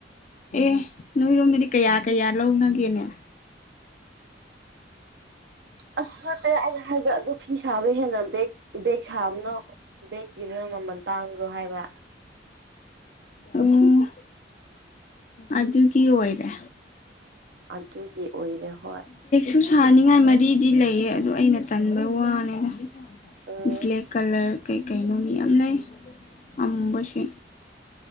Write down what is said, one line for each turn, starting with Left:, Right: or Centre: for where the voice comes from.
Left: ꯑꯦ ꯅꯣꯏꯔꯣꯝꯗꯗꯤ ꯀꯌꯥ ꯀꯌꯥ ꯂꯧꯅꯒꯦꯅꯦ
Right: ꯑꯁ ꯅꯠꯇꯦ ꯑ ꯍꯥꯏꯕ ꯑꯗꯣ ꯐꯤ ꯁꯥꯕ ꯍꯦꯟꯅ ꯕ ꯕꯦꯒ ꯁꯥꯕꯅ ꯕꯦꯒꯀꯤꯅ ꯃꯃꯜ ꯇꯥꯡ꯭ꯔꯣ ꯍꯥꯏꯕ
Left: ꯑꯣ ꯑꯗꯨꯒꯤ ꯑꯣꯏꯔꯦ
Right: ꯑꯟꯇꯣꯏꯒꯤ ꯑꯣꯏꯔꯦ ꯍ
Left: ꯁꯨ ꯁꯥꯅꯤꯡꯉꯥꯏ ꯃꯔꯤꯗꯤ ꯂꯩꯌꯦ ꯑꯗꯨ ꯑꯩꯅ ꯇꯟꯕꯩ ꯋꯥꯅꯤꯅ
Right: ꯎꯝ
Left: ꯕ꯭ꯂꯦꯛ ꯀꯂꯔ ꯀꯩꯀꯩꯅꯣ ꯃꯤ ꯌꯥꯝ ꯂꯩ ꯑꯃꯝꯕꯁ